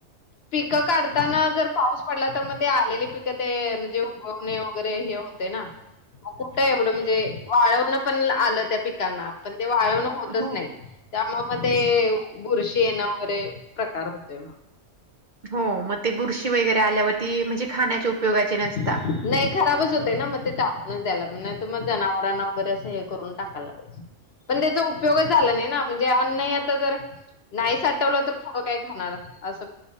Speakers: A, on the left (about 60°); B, on the right (about 50°).
A: पिकं काढताना जर पाऊस पडला तर मग ते आलेली पिकं ते म्हणजे उगवणे वगैरे हे होते ना मग कुठं एवढं म्हणजे वाळवणं पण आलं त्या पिकांना पण ते वाळवण होतच
B: हो
A: नाही त्या ते बुरशी येणं वगैरे प्रकार होतोय.
B: हो मग ती बुरशी वगैरे आल्यावर ती, म्हणजे खाण्याच्या उपयोगाची नसते.
A: नाही, खराबच होते ना मग ते टाकूनच द्यायला नाही त मग जनावरांना वगैरे असं हे करून टाकायला पाहिजे. पण त्याचा उपयोगच झाला नाही ना म्हणजे अन्न हे आता जर, नाही साठवलं तर पुढं काय खाणार अस